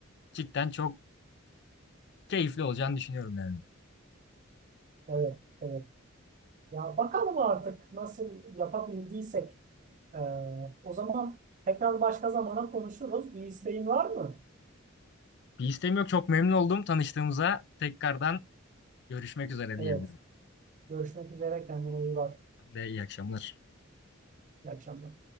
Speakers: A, on the left; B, on the right.
A: cidden çok keyifli olacağını düşünüyorum yani.
B: evet, evet. Ya bakalım artık nasıl yapabildiysek. Ee, o zaman tekrar başka zamana konuşuruz. Bir isteğin var mı?
A: Bir isteğim yok. Çok memnun oldum tanıştığımıza. Tekrardan görüşmek üzere
B: Evet.
A: diyebilirim.
B: Görüşmek üzere. Kendine iyi bak.
A: Ben de iyi akşamlar.
B: İyi akşamlar.